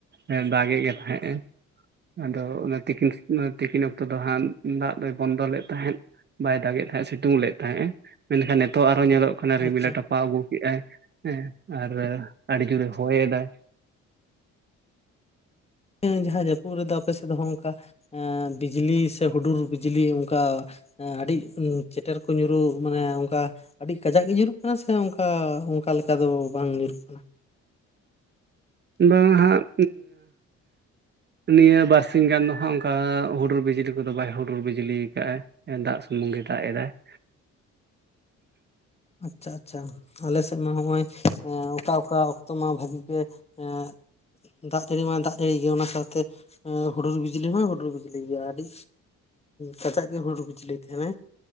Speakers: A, on the right; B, on the left.
A: ᱮ ᱫᱟᱜᱮᱫ ᱜᱮ ᱛᱟᱦᱮᱸᱜ ᱮ ᱾ ᱟᱫᱚ ᱚᱱᱟ ᱛᱤᱠᱤᱱ ᱛᱤᱠᱤᱱ ᱚᱠᱛᱚ ᱫᱚ ᱦᱟᱸᱜ ᱫᱟᱜ ᱫᱚᱭ ᱵᱚᱱᱫᱚ ᱞᱮᱫ ᱛᱟᱦᱮᱸᱫ᱾ ᱵᱟᱭ ᱫᱟᱜ ᱮ ᱛᱟᱦᱮᱸᱜ᱾ ᱥᱤᱛᱩᱝ ᱞᱮᱫ ᱛᱟᱦᱮᱸᱜ ᱢᱮᱱᱠᱷᱟᱱ ᱱᱤᱛᱚᱜ ᱟᱨ ᱦᱚᱝ ᱧᱮᱞᱚᱜ ᱚᱱᱟ ᱨᱤᱢᱤᱞ‌ᱮ
B: ᱟᱪᱪᱷᱟ
A: ᱴᱟᱯᱟᱣ ᱟᱹᱜᱩ ᱠᱮᱜ-ᱟᱭ᱾ ᱦᱮᱸ ᱟᱨ ᱟᱹᱰᱤ ᱡᱳᱨᱮ ᱦᱚᱭᱮᱫᱟᱭ᱾
B: ᱦᱮᱸ ᱡᱟᱦᱟᱸ ᱡᱟᱹᱯᱩᱫ ᱨᱮᱫᱚ ᱟᱯᱮ ᱥᱮᱫ ᱦᱚᱸ ᱚᱱᱠᱟ ᱵᱤᱡᱽᱞᱤ ᱥᱮ ᱦᱩᱰᱩᱨ ᱵᱤᱡᱽᱞᱤ ᱚᱱᱠᱟ᱾ ᱟᱹᱰᱤ ᱪᱮᱴᱮᱨ ᱠᱚ ᱧᱩᱨᱩᱜ ᱢᱟᱱᱮ ᱚᱱᱠᱟ ᱟᱹᱰᱤ ᱠᱟᱡᱟᱠ ᱜᱮ ᱧᱩᱨᱩᱜ ᱠᱟᱱᱟ ᱥᱮ ᱚᱱᱠᱟ ᱚᱱᱠᱟ ᱞᱮᱠᱟ ᱫᱚ ᱵᱟᱝ ᱧᱩᱨᱩᱜ ᱠᱟᱱᱟ?
A: ᱵᱟᱝ ᱦᱟᱸᱜ ᱱᱤᱭᱟᱹ ᱵᱟᱨᱥᱤᱝ ᱜᱟᱱ ᱫᱚ ᱦᱟᱸᱜ ᱚᱱᱠᱟ ᱦᱩᱰᱩᱨ ᱵᱤᱡᱽᱞᱤ ᱠᱚᱫᱚ ᱵᱟᱭ ᱦᱩᱰᱩᱨ ᱵᱤᱡᱽᱞᱤ ᱟᱠᱟᱫ-ᱟ᱾ ᱫᱟᱜ ᱥᱩᱢᱩᱝ ᱜᱮ ᱫᱟᱜ ᱮᱫᱟᱭ, <inaudible>
B: ᱟᱪᱪᱷᱟ ᱟᱪᱪᱷᱟ᱾ ᱟᱞᱮ ᱥᱮᱫ ᱢᱟ ᱱᱚᱜ-ᱚᱭ ᱚᱠᱟ ᱚᱠᱟ ᱚᱠᱛᱚ ᱢᱟ ᱵᱷᱟᱜᱤ ᱜᱮ ᱮᱸᱻ ᱫᱟᱜ ᱡᱟᱹᱲᱤ ᱢᱟᱭ ᱫᱟᱜ ᱡᱟᱹᱲᱤ ᱜᱮ ᱚᱱᱟ ᱥᱟᱶᱛᱮ ᱦᱩᱰᱩᱨ ᱵᱤᱡᱽᱞᱤ ᱦᱚᱸᱭ ᱦᱩᱰᱩᱨ ᱵᱤᱡᱽᱞᱤ ᱜᱮᱭᱟ ᱟᱹᱰᱤ ᱠᱷᱟᱡᱟᱜ ᱜᱮ ᱦᱩᱰᱩ ᱵᱤᱡᱽᱞᱤ ᱛᱟᱦᱮᱸ ᱱᱟᱭ᱾